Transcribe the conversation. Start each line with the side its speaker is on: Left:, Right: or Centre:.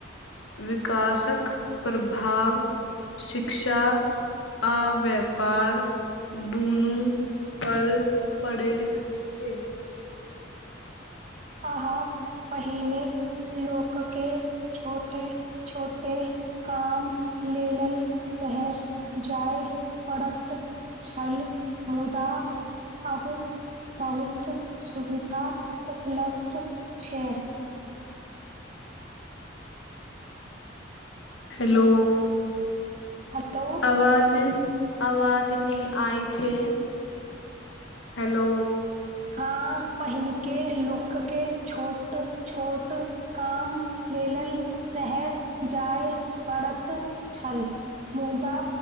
Left: विकासक प्रभाव शिक्षा आ व्यापार दुनू पर पड़ैत छै।
Right: अह पहिने लोकके छोटे छोटे काम लेल शहर जाय पड़ैत छल मुदा अ बहुत सुविधा उपलब्ध छै।
Left: हेलो।
Right: हेलो
Left: आवाज़ अवाज न आय छै।
Right: <inaudible>
Left: हेलो।
Right: हाँ पहिनके लोक के छोट-छोट काम लेलल शहर जाय पड़त छल, मुदा